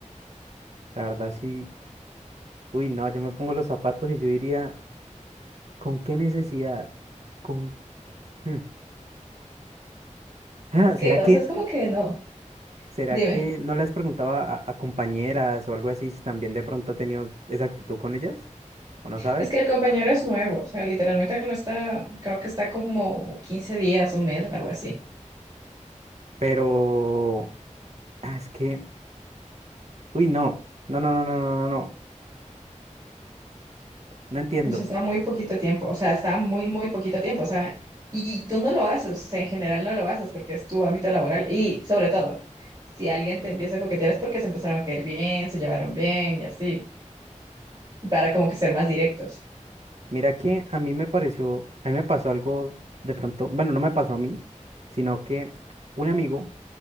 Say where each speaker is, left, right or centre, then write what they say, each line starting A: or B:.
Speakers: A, on the right; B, on the right.
A: La verdad sí, uy, no, yo me pongo los zapatos y yo diría, ¿con qué necesidad? ¿Con... hmm. Ah,
B: Es que,
A: ¿será
B: o
A: que,
B: sea, es como que no.
A: será
B: Dime.
A: que no les preguntaba a, a a compañeras o algo así si también de pronto ha tenido esa actitud con ellas? ¿O no sabes?
B: Es que el compañero es nuevo, o sea, literalmente no está, creo que está como 15 días, un mes, algo así.
A: Pero, ah, es que, uy, no, no, no, no, no, no, no, no, no entiendo.
B: O sea, está muy poquito tiempo, o sea, está muy, muy poquito tiempo, o sea, y tú no lo haces, o sea, en general no lo haces porque es tu ámbito laboral y sobre todo, si alguien te empieza a coquetear es porque se empezaron a caer bien, se llevaron bien y así, para como que ser más directos.
A: Mira que a mí me pareció, a mí me pasó algo de pronto, bueno, no me pasó a mí, sino que un amigo